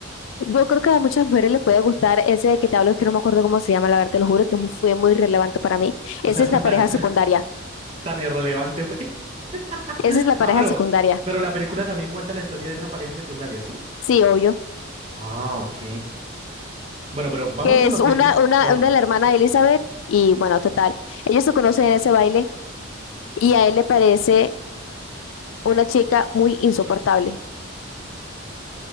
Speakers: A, on the left (about 70°); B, on the right (about 30°).
A: Yo creo que a muchas mujeres les puede gustar ese que te hablo, es que no me acuerdo cómo se llama, la verdad, te lo juro que mu- fue muy relevante para mí. Esa
B: O sea,
A: es
B: <laughs>
A: la pareja
B: tan,
A: secundaria.
B: tan irrelevante fue. <laughs>
A: Esa es la pareja
B: Ah, pero,
A: secundaria.
B: pero la película también cuenta la historia de esa pareja secundaria, ¿sí?
A: Sí, obvio.
B: Ah, ok. Bueno, pero vamos
A: Que
B: con
A: es
B: lo
A: una,
B: principal.
A: una, una de la hermana de Elizabeth y bueno, total. Ellos se conocen en ese baile y a él le parece una chica muy insoportable.